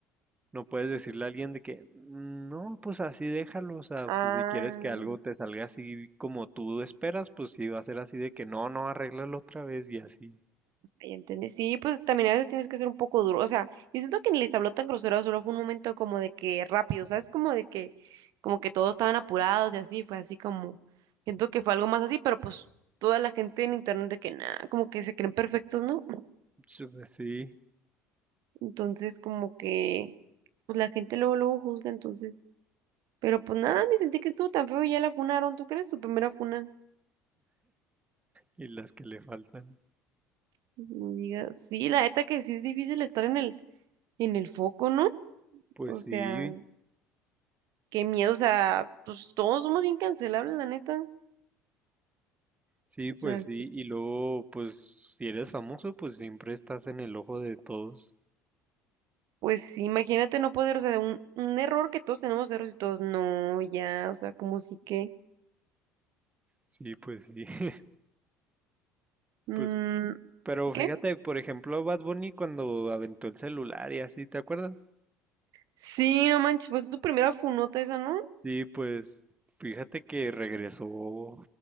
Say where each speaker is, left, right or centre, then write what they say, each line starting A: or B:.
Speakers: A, on the right (about 20°); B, on the right (about 55°).
A: No puedes decirle a alguien de que, no, pues así déjalo, o sea,
B: Ah.
A: pues si quieres que algo te salga así como tú esperas, pues sí va a ser así de que, no, no, arréglalo otra vez y así.
B: Ya entendí. Sí, pues también a veces tienes que ser un poco duro. O sea, yo siento que ni les habló tan grosero, solo fue un momento como de que rápido, ¿sabes? Como de que, como que todos estaban apurados y así, fue así como, siento que fue algo más así, pero pues toda la gente en internet de que nada, como que se creen perfectos, ¿no?
A: Sí, pues sí,
B: Entonces, como que, pues la gente luego, luego juzga, entonces. Pero pues nada, ni sentí que estuvo tan feo y ya la funaron, ¿tú crees? Su primera funa.
A: y las que le faltan,
B: No digas. Sí, la neta que sí es difícil estar en el, en el foco, ¿no?
A: pues
B: O sea.
A: sí,
B: Qué miedo, o sea, pues todos somos bien cancelables, la neta.
A: sí,
B: O
A: pues
B: sea,
A: sí, y luego, pues si eres famoso, pues siempre estás en el ojo de todos.
B: pues sí, imagínate no poder, o sea, de un, un error que todos tenemos errores y todos, no, ya, o sea, como sí que.
A: Sí, pues sí, <laughs>
B: mm,
A: pues, pero fíjate,
B: ¿qué?
A: por ejemplo, Bad Bunny cuando aventó el celular y así, ¿te acuerdas?
B: Sí, no manches, pues tu primera funota esa, ¿no?
A: Sí, pues, fíjate que regresó